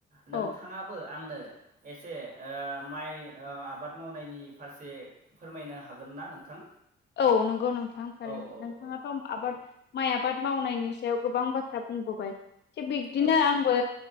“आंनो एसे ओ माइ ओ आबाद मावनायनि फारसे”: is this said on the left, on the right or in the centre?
Right